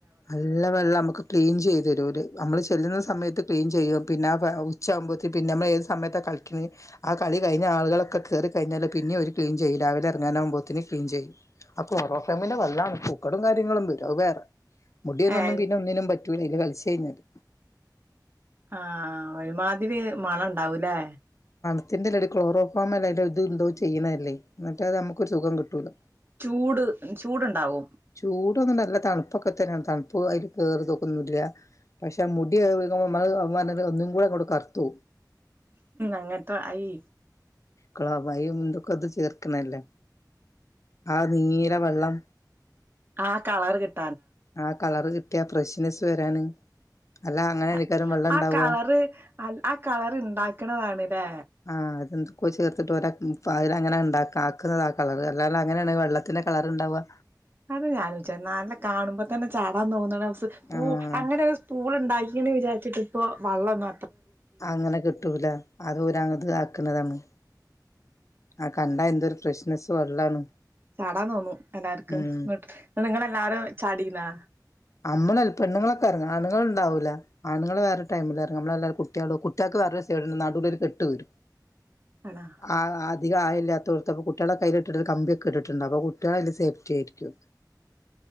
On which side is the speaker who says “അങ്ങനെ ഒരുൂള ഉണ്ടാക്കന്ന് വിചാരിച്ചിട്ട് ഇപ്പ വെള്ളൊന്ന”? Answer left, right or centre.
Right